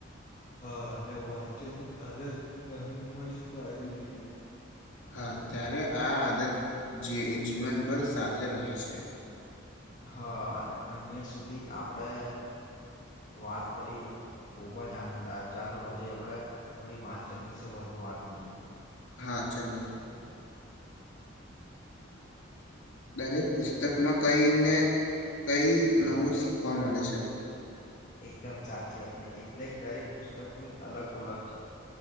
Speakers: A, on the left; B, on the left.
A: હા અને વાંચન આલત નાની ઉંમર થી પાડવી જોઈએ.
B: હા ત્યારે આ આદત જે જીવનભર સાથે રહે છે.
A: હા અને અહિયાં સુધી આપડે વાત કરી ખુબ જ આનંદ આવ ચાલો હજી આપડે થોડી વાંચન વિશે વધુ વાત કરીએ.
B: હા ચાલો. દરેક પુસ્તકમાં કઈને કઈ
A: હા
B: નવું શીખવા મળે છે.
A: એકદમ સાચી વાત, ને એટલે દરેક પુસ્તક ની અલગ ઓળખ છે.